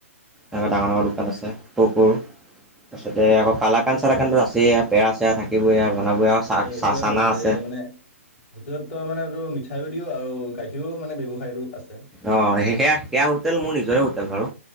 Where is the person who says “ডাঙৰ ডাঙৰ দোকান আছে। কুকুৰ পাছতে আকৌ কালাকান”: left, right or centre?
Centre